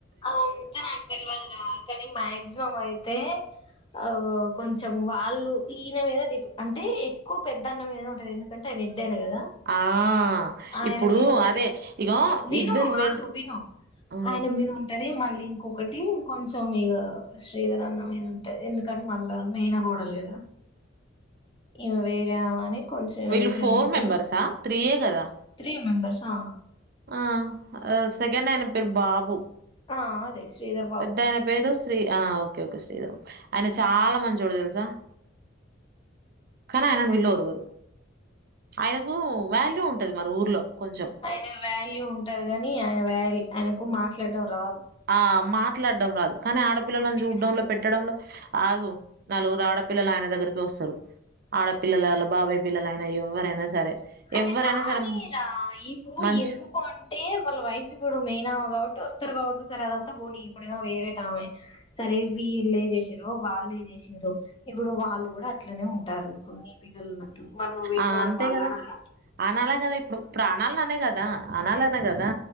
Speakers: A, on the left; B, on the right.
A: అంత నాకు తెలియదురా కానీ మాక్సిమం అయితే ఆ కొంచెం వాళ్ళు ఈయన మీద డిఫ అంటే ఎక్కువ పెద్దన్న మీద ఉంటంది ఎందుకంటే ఆయన ద్దేను కదా
B: ఆ
A: ఆయన
B: ఇప్పుడు
A: మీద ఉంటది
B: అదే ఇగో
A: విను
B: ఇద్దరు వెళ్
A: ఆగు విను
B: ఆ
A: ఆయన మీద ఉంటది మ మళ్ళీ ఇంకొకటి కొంచెం మీద శ్రీధర అన్నం మీద ఉంటాయి ఎందుకంటే మళ్ళా మేన కోడలు కదా ఇవి వేరేవని కొంచెం
B: వీళ్ళు
A: డిఫరెన్స్
B: ఫోర్
A: ఇస్తారు
B: మెంబర్సా త్రీయే కదా
A: మేయన్బర్స్ ఆ
B: ఆ సెకండ్ అయన పేరు బాబు
A: ఆ అదే శ్రీధర్ బాబు
B: పెద్ద ఆయన పేరు శ్రీ ఆ ఓకే ఓకే శ్రీధర్ ఆయన చాలా మంచోడు తెలుసా కానీ ఆయనని పిలవరు ఎవరు ఆయనకు వేల్యూ ఉంటంది మరి ఊర్లో కొంచెం
A: ఆయన వాల్యూ ఉంటారు కాని ఆయన వాల ఆయనకు మాట్లాడడం రాదు
B: ఆ మాట్లాడడం రాదు కానీ ఆడపిల్లలను
A: అందుకనే
B: చూడ్డంలో పెట్టడంలో ఆదు నలుగురు ఆడపిల్లలు ఆయన దగ్గరికే వస్తారు ఆడపిల్లల బబాయ పిల్లలైనా ఎవరైనా సరే
A: అదే
B: ఎవ్వరైనా
A: రాని
B: సరే
A: రా ఇప్పుడు
B: మంచు
A: ఎందుకు అంటే వాళ్ళ వైఫ్ ఇప్పుడు మెయినా కాబట్టి వస్తు ఉత్తరగా సరే అదంతా పోనీ ఇప్పుడేమో వేరే టమే సరే విళ్ళ చేసారు వాళ్ళే చేసారు ఇప్పుడు వాళ్ళు కూడా అట్లనే ఉంటారు ఇప్పుడు నీ పిల్లలు ఉన్నట్టు మరి నువ్వు పెట్టినవాని
B: ఆ అంతే
A: వాళ్ళు
B: కదా
A: అన్నారా
B: అనాలే కదా ఇప్పుడు ప్రాణాలే అనే కదా అనాలే అనే కదా